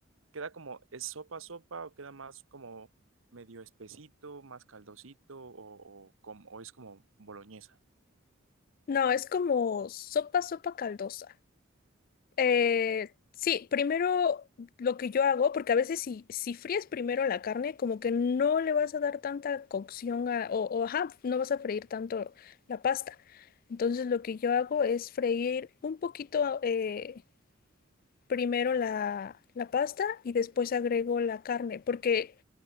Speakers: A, on the right; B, on the left.
A: queda como, ¿es sopa sopa o queda más como medio espesito, más caldosito o, o como, o es como boloñesa?
B: No, es como sopa, sopa caldosa. Eh, sí, primero lo que yo hago, porque a veces si, si fríes primero la carne, como que no le vas a dar tanta cocción a- o, o, ajá, no vas a freír tanto la pasta. Entonces lo que yo hago es freír un poquito eh, primero la, la pasta y después agrego la carne, porque